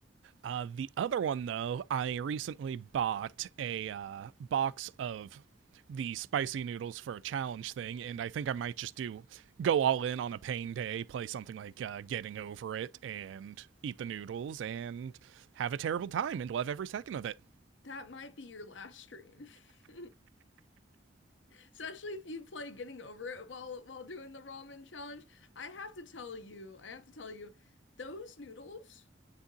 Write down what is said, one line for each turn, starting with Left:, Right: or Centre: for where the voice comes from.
Right: Uh, the other one, though, I recently bought a uh, box of the spicy noodles for a challenge thing, and I think I might just do go all in on a pain day, play something like uh, Getting Over It, and eat the noodles and have a terrible time and love every second of it.
Left: That might be your last stream. <laughs> Especially if you play Getting Over It while while doing the ramen challenge. I have to tell you, I have to tell you, those noodles